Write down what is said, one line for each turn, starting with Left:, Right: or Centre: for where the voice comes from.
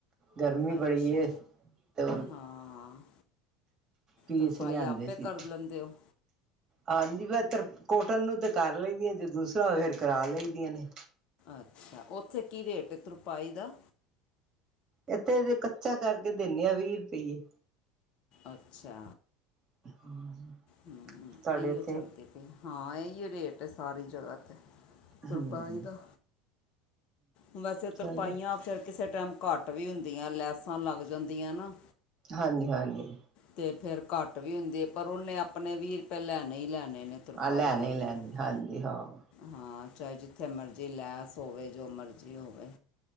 Right: ਗਰਮੀ ਬੜੀ
Left: ਅੱਛਾ
Right: ਏ ਤੇ ਹੋਰ
Left: ਹਾਂ
Right: ਪੀਸ
Left: ਤੁਰਪਾਈ
Right: ਲਿਆਂਦੇ
Left: ਆਪੇ
Right: ਸੀ।
Left: ਕਰ ਲੈਂਦੇ ਹੋ
Right: ਹਾਂਜੀ <unintelligible> ਕੋਟਨ ਨੂੰ ਤੇ ਕਰ ਲਈਦੀਆਂ ਜੇ ਦੂਸਰਾ ਹੋ ਫੇਰ ਕਰਾ ਲਈਦੀਆਂ ਨੇ।
Left: ਅੱਛਾ‌। ਉੱਥੇ ਕੀ ਰੇਟ ਹੈ ਤੁਰਪਾਈ ਦਾ?
Right: ਇੱਥੇ ਤੇ ਕੱਚਾ ਕਰਕੇ ਦਿੰਨੇ ਆਂ ਵੀਹ ਰੁਪਈਏ।
Left: ਅੱਛਾ।
Right: <unintelligible>
Left: ਹਮ
Right: ਤੁਹਾਡੇ
Left: ਇਹੀਓ
Right: ਇੱਥੇ
Left: ਚੱਲਦੇ ਪਏ ਅ। ਇਹੀਓ ਰੇਟ ਹੈ ਸਾਰੀ ਜਗ੍ਹਾ ਤੇ ਤੁਰਪਾਈ
Right: ਹੂੰ
Left: ਦਾ। ਵੈਸੇ
Right: ਚਲੋ
Left: ਤੁਰਪਾਈਆਂ ਫਿਰ ਕਿਸੇ ਟਾਈਮ ਘੱਟ ਵੀ ਹੁੰਦੀਆਂ ਲੈਸਾਂ ਲੱਗ ਜਾਂਦੀਆਂ ਨਾ
Right: ਹਾਂਜੀ-ਹਾਂਜੀ।
Left: ਤੇ ਫੇਰ ਘੱਟ ਵੀ ਹੁੰਦੀ ਐ ਪਰ ਉਹਨੇ ਆਪਣੇ ਵੀਹ ਰੁਪਏ ਲੈਣੇ ਹੀ ਲੈਣੇ ਨੇ। ਤੁਰਪਾਈ
Right: ਆਹ ਲੈਣੇ
Left: ਵਾਲੀ
Right: ਈ ਲੈਣੇ।
Left: ਨੇ
Right: ਹਾਂਜੀ ਹਾਂ‌।
Left: ਹਾਂ ਚਾਹੇ ਜਿੱਥੇ ਮਰਜ਼ੀ ਲੈਸ ਹੋਵੇ, ਜੋ ਮਰਜ਼ੀ ਹੋਵੇ